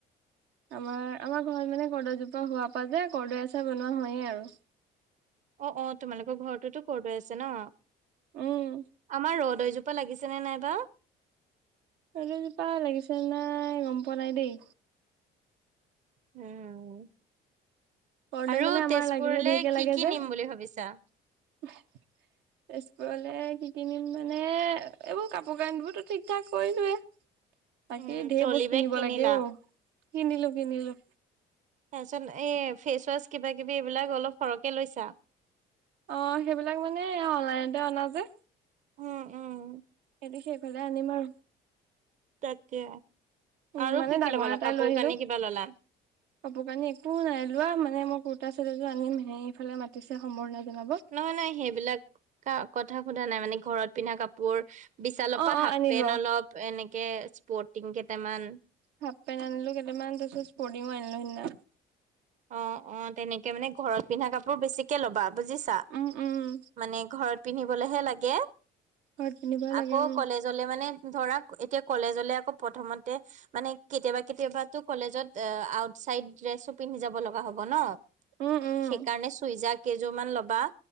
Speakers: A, on the right (about 85°); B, on the right (about 45°).
A: আমাৰ -আমাৰ ঘৰত মানে কৰ্দৈজোপা হোৱাৰ পা যে কৰ্দৈ আচাৰ বনোৱা হয়য়ে আৰু।
B: অ', অ', তোমালোকৰ ঘৰটোতো কৰ্দৈ আছে না
A: উম
B: আমাৰ ৰদৈ জোপ পা লাগিছে নে নাই বা?
A: ৰদৈজোপা লাগিছে নে নাই গম পোৱা নাই দেই।
B: উম,
A: কৰ্দৈ
B: আৰু
A: মানে আমাৰ
B: তেজপুৰলে
A: লাগিলে ঢেৰকে লাগে
B: কি -কি
A: যে
B: নিম বুলি ভাবিছা?
A: <unintelligible> তেজপুৰলে কি- কি নিম মানে এইবোৰ কাপোৰ কানিবোৰতো ঠিক ঠাক কৰিলোয়ে। বাকী
B: উম
A: ঢেৰ
B: ট্ৰলি
A: বস্তু
B: বেগ
A: নিব
B: কিনিলা
A: লাগে অ, কিনিলোঁ- কিনিলোঁ
B: তাৰছত এই ফেচ ৱাচ কিবা- কিবি এইবিলাক অলপ সৰহকে লৈছা?
A: অ, সেইবিলাক মানে অনলাইনতে অনা যে।
B: হম, উম,
A: সেইটো সেইফালে আনিম আৰু।
B: তাকে
A: উম
B: আৰু
A: মানে
B: কি -কি
A: ডাঙৰ
B: লগালা
A: এটাই
B: কাপোৰ-
A: লৈ আহিলো
B: কানি কি'বা ল'লা?
A: <inaudible> কাপোৰ কানি একো নাই লোৱা মানে মই কুৰ্তা ছেট এযোৰ আনিম হে এইফালে মাতিছেসম্বৰ্ধনা জনাব।
B: নহয় নাই সেইবিলাক কথা সোধা নাই মানে ঘৰত পিন্ধা কাপোৰ বিশালৰ
A: অ
B: পা
A: অ
B: হাফ
A: আনিলো
B: পেণ্ট
A: আৰু
B: অলপ এনেকে স্পৰ্টিং কেইটামান
A: হাফ পেন আনিলো কেইটামান তাইচতো স্পটিংও আনিলো সেইদিনা।
B: অ', অ ', তেনেকে মানে ঘৰত পিন্ধা কাপোৰ বেছিক কে ল'বা বুজিছা
A: উম উম
B: মানে ঘৰত পিন্ধিবলেহে লাগে।
A: ঘৰত পিন্ধিবই লাগে
B: আকৌ
A: উম
B: কলেজলে মানে ধৰা এতিয়া কলেজলে আকৌ প্ৰথমতে মানে কেতিয়াবা- কেতিয়াবা কলেজত আউটচাইড ড্ৰেছো পিন্ধি যাব লগা হব ন'সেইকাৰণে
A: উম উম
B: চুইজাৰ কেইযোৰ মান ল'বা